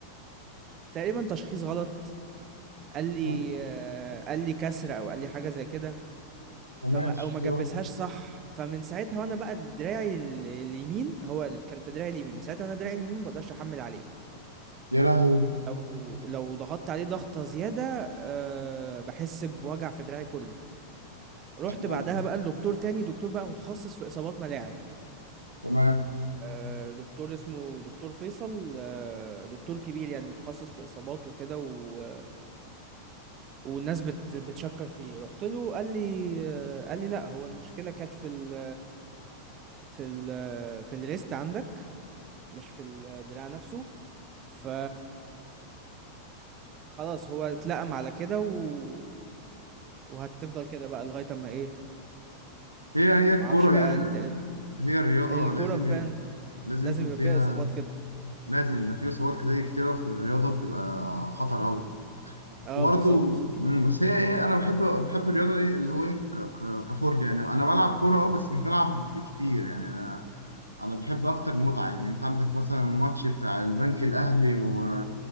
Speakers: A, on the right (about 30°); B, on the right (about 85°).
A: تقريبا تشخيص غلط قال لي
B: كم-
A: آه، قال لي كسر او قال لي حاجة زي كده
B: كمان
A: فما او
B: شوية.
A: ما جبسهاش صح فمن ساعتها وانا بقى دراعي ال- اليمين هو اللي كان في دراعي اليمين من ساعتها وانا دراعي اليمين ما بقدرش احمل عليه
B: يا لهوي
A: لو لو ضغطت عليه ضغطه زياده أه بحس بوجع في دراعي كله رحت
B: آه،
A: بعدها بقى لدكتور تاني دكتور بقى متخصص في اصابات ملاعب
B: تمام
A: أه دكتور اسمه دكتور فيصل أه دكتور كبير يعني متخصص في اصابات وكده و والناس بت بتشكر فيه رحت له قال لي قال لي لا هو المشكلة كانت في ال في ال في الريست عندك مش في الدراع نفسه ف خلاص هو اتلقم على كده و... وهتفضل كده بقى لغاية اما ايه
B: هي هي الكورة
A: معرفش بقى
B: هي ال-
A: قال لي تقريبا
B: هي الرياضة
A: الكورة
B: لازم
A: فعلا
B: ي- لازم
A: لازم
B: يكون
A: يبقى
B: فيها
A: فيها اصابات كده
B: لازم ان في اصابات كتير كتيرة في الرياضة بتبقى خطر قوي
A: اه
B: وبرضه
A: بالظبط
B: مم، بس هي ايه انا بحب بحب الرياضة ايه اللي هو ايه ك- ك- كفرجة يعني انا بلعب كورة اه بس مش بلعب كتير يعني انا انا بحب اكتر المتعه يعني انت عندك مثلا الماتش بتاع البنك الاهلي و...